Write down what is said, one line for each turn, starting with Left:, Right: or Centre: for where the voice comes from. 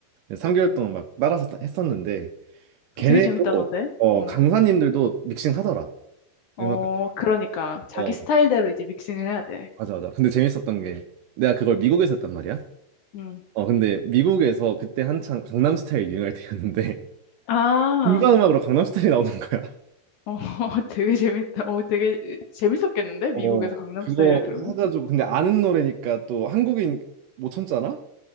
Right: 3개월 동안 막 따라서 따- 했었는데 걔네도
Left: 되게 재밌다던데.
Right: 어
Left: 응.
Right: 강사님들도 믹싱 하더라
Left: 어
Right: 음악 같은.
Left: 그러니까 자기
Right: 거.
Left: 스타일대로
Right: 어
Left: 이제 믹싱을 해야 돼.
Right: 맞아 맞아. 근데 재밌었던 게 내가 그걸 미국에서 했단 말이야.
Left: 응.
Right: 어, 근데 미국에서 그때 한창 강남스타일 유행할 때였는데
Left: 아.
Right: <laughs> 인간음악으로 강남스타일이 나오는 거야.
Left: 어, <laughs> 되게 재밌다. 어, 되게 재밌었겠는데? 미국에서
Right: 어,
Left: 강남
Right: 그거
Left: 스타일을 들으면?
Right: 해가지고 근데 아는 노래니까 또 한국인 못 참잖아?